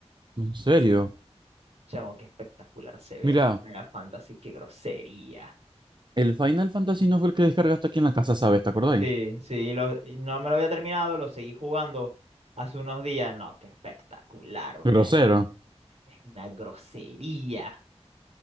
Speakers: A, on the right; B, on the right.
A: serio?
B: Chamo, qué espectacular se ve
A: Mira,
B: el Final Fantasy, qué grosería.
A: el Final Fantasy no fue el que descargaste aquí en la casa, ¿sabes? ¿Te acordáis?
B: Sí, sí, lo- y no me lo había terminado, lo seguí jugando hace unos días. No, qué espectacular, me.
A: Grosero.
B: Es una grosería.